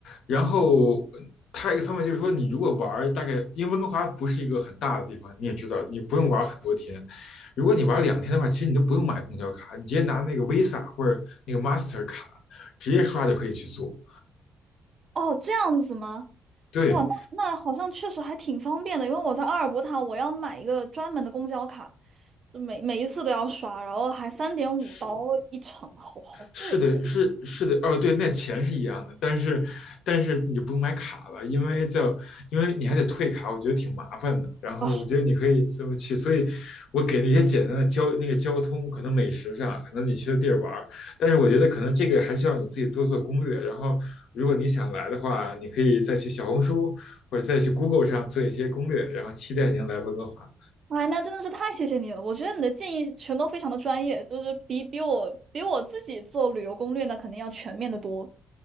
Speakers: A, on the left (about 75°); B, on the right (about 50°).
A: 然后还有一个方面就是说，你如果玩儿大概，因为温哥华不是一个很大的地方，你也知道，你不用玩儿很多天。如果你玩儿两天的话，其实你都不用买公交卡，你直接拿那个 Visa 或者那个 Master 卡直接刷就可以去做。
B: 哦，这样子吗？
A: 对，
B: 哇，那那好像确实还挺方便的，因为我在阿尔伯塔，我要买一个专门的公交卡，就每每一次都要刷，然后还三点五刀一程，
A: 是。
B: 好好贵的
A: 是的，是是的，哦，对，那钱是一样的，但是但是你不用买卡了，因为在因为你还得退卡，我觉得挺麻烦的。然后我觉得你可以这么去，
B: 啊！
A: 所以我给那些简单的交那个交通，可能美食上，可能你去的地儿玩儿，但是我觉得可能这个还需要你自己多做攻略。然后如果你想来的话，你可以再去小红书或者再去 Google 上做一些攻略，然后期待您来温哥华。
B: 哎，那真的是太谢谢你了，我觉得你的建议全都非常的专业，就是比比我比我自己做旅游攻略呢，肯定要全面的多。